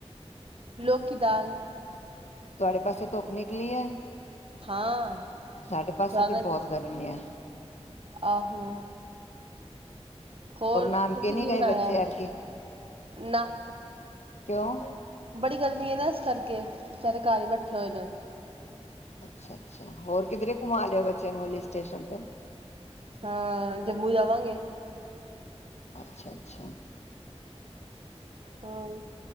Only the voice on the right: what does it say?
ਲੋਕੀ ਦਾਲ
ਹਾਂ।
ਜ਼ਿਆਦਾ
ਹੀ।
ਆਹੋ ਹੋਰ ਤੁਸੀਂ
ਕੀ
ਬਣਾਇਆ
ਨਾ
ਬੜੀ ਗਰਮੀ ਹੈ ਨਾ ਇਸ ਕਰਕੇ ਸਾਰੇ ਘਰ ਹੀ ਬੈਠੇ ਹੋਏ ਨੇ
ਹਾਂ ਜੰਮੂ ਜਾਵਾਂਗੇ
ਹਮ